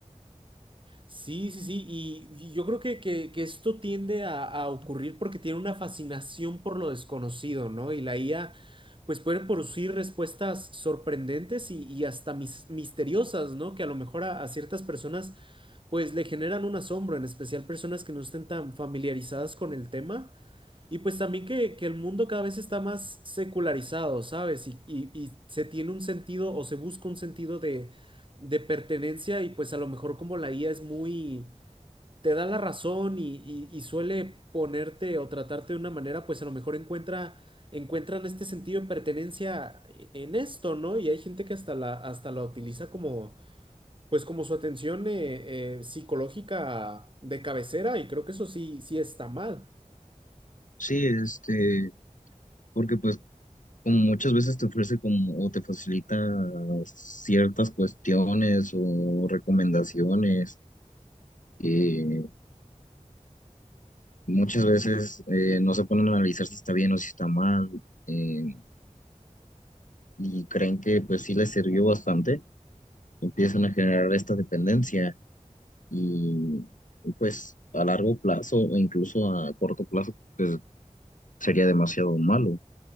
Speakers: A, on the right; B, on the left.
A: Sí, sí, sí, y, y yo creo que, que- que esto tiende a, a ocurrir porque tiene una fascinación por lo desconocido, ¿no? Y la IA, pues puede producir respuestas sorprendentes y, y hasta mis- misteriosas, ¿no? Que a lo mejor a, a ciertas personas, pues le generan un asombro, en especial personas que no estén tan familiarizadas con el tema. Y pues también que, que el mundo cada vez está más secularizado, ¿sabes? Y, y- y se tiene un sentido o se busca un sentido de, de pertenencia y pues a lo mejor como la IA es muy, te da la razón y, y- y suele ponerte o tratarte de una manera, pues a lo mejor encuentra, encuentran este sentido de pertenencia e- en esto, ¿no? Y hay gente que hasta la, hasta la utiliza como, pues como su atención eh, eh, psicológica de cabecera y creo que eso sí, sí está mal.
B: Sí, este, porque pues como muchas veces te ofrece como o te facilita ciertas cuestiones o recomendaciones, eh, muchas veces eh, no se ponen a analizar si está bien o si está mal, eh, y creen que pues sí les sirvió bastante, empiezan a generar esta dependencia. y pues a largo plazo o incluso a corto plazo pues sería demasiado malo.